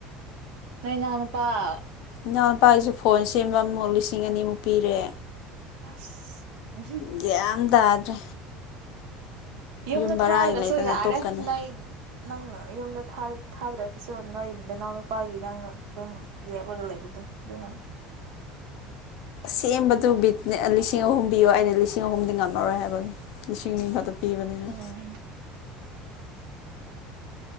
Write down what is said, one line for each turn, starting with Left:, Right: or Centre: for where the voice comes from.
Right: ꯅ ꯅꯅꯄꯥ
Left: ꯏꯅꯥꯎ ꯅꯨꯄꯥꯒꯤꯁꯦ ꯐꯣꯟ ꯁꯦꯝꯕ ꯑꯃ ꯃꯨꯠꯂꯤꯁꯦ ꯂꯤꯁꯤꯡ ꯑꯅꯤꯃꯨꯛ ꯄꯤꯔꯦ
Right: ꯑꯁ ꯎ
Left: ꯒ꯭ꯌꯥꯟ ꯇꯥꯗ꯭ꯔꯦ
Right: ꯌꯨꯝꯗ
Left: ꯌꯨꯝ ꯕꯔꯥꯒꯤ
Right: ꯊꯥꯗ꯭ꯔꯁꯨ
Left: ꯂꯩꯇꯅ
Right: ꯌꯥꯔꯦ
Left: ꯇꯣꯛꯀꯅꯤ
Right: ꯅꯣꯏ ꯅꯪꯅ ꯌꯨꯝꯗ ꯊꯥꯗ ꯊꯥꯗ꯭ꯔꯒꯁꯨ ꯅꯣꯏ ꯅꯅꯥꯎꯅꯄꯥꯒꯤ ꯅꯪꯅ ꯑꯗꯨꯝ ꯂꯦꯞꯂꯒ ꯂꯩꯕꯗꯣ ꯑꯗꯨꯅꯅꯤ
Left: ꯁꯗꯨ ꯂꯤꯁꯤꯡ ꯑꯍꯨꯝꯕꯤꯌꯣ ꯑꯩꯅ ꯂꯤꯁꯤꯡ ꯑꯍꯨꯝꯗꯤ ꯉꯝꯃꯔꯣꯏ ꯍꯥꯏꯕꯒꯤ ꯏꯁꯤꯡꯅꯤ ꯈꯛꯇ ꯄꯤꯕꯅꯤꯅ
Right: ꯎꯝ